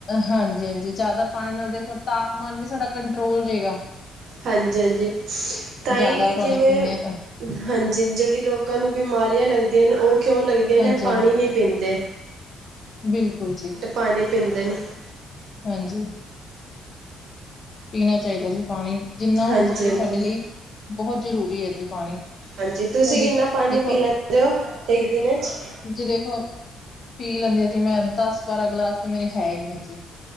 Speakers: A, on the left; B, on the right.
A: ਹਾਂਜੀ-ਹਾਂਜੀ, ਜਾਦਾ ਪਾਣੀ ਨਾਲ ਦੇਖੋ ਤਾਪਮਾਨ ਵੀ ਸਾਡਾ ਕੰਟਰੋਲ ਰਏਗਾ।
B: ਹਾਂਜੀ-ਹਾਂਜੀ, ਤਾਂਈ
A: ਜ਼ਿਆਦਾ ਪਾਣੀ
B: ਜਿਵੇਂ
A: ਪੀਂਦੇ ਹਾਂ ਤਾਂ
B: ਹਾਂਜੀ-ਹਾਂਜੀ ਜੇੜੀ ਲੋਕਾਂ ਨੂੰ ਬਿਮਾਰੀਆਂ ਲੱਗਦੀਆਂ ਨੇ, ਓ ਕਿਉਂ ਲੱਗਦੀਆਂ
A: ਹਾਂਜੀ
B: ਨੇ ਪਾਣੀ ਨੀ ਪੀਂਦੇ।
A: ਬਿਲਕੁਲ ਜੀ।
B: ਪਾਨੀ ਪੀਂਦੇ ਨੇ।
A: ਹਾਂਜੀ। ਪੀਣਾ ਚਾਈਦਾ ਜੀ ਪਾਨੀ, ਜਿੰਨਾ
B: ਹਾਂਜੀ
A: ਹੋ ਸਕੇ
B: ਹਾਂਜੀ
A: ਸਾਡੇ ਲਈ ਬਹੁ ਜ਼ਰੂਰੀ ਐ ਜੀ ਪਾਣੀ।
B: ਹਾਂਜੀ
A: ਕਿਉਂ
B: ਤੁਸੀ
A: ਜੀ
B: ਕਿੰਨਾ ਪਾਣੀ
A: ਦੇਖੋ
B: ਪੀ ਲੈਂਦੇ ਓ ਇੱਕ ਦਿਨ 'ਚ?
A: ਜੇ ਵੇਖੋ, ਪੀ ਲੈਂਦੀ ਆ ਜੀ ਮੈਂ ਦਸ- ਬਾਰਾਂ ਗਲਾਸ ਤੇ ਮੇਰੇ ਹੈ ਈ ਨੇ ਜੀ।